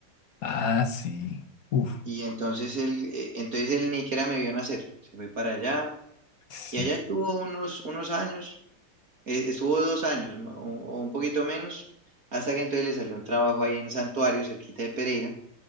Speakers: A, on the left; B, on the right.
A: Ah, sí. Uf,
B: Y entonces él, eh, entonces él ni siquiera me vio nacer. Se fue para allá
A: sí.
B: y allá estuvo unos, unos años, eh, estuvo dos años ma- o, o un poquito menos, hasta que entonces le salió un trabajo ahí en Santuario, cerquita de Pereira.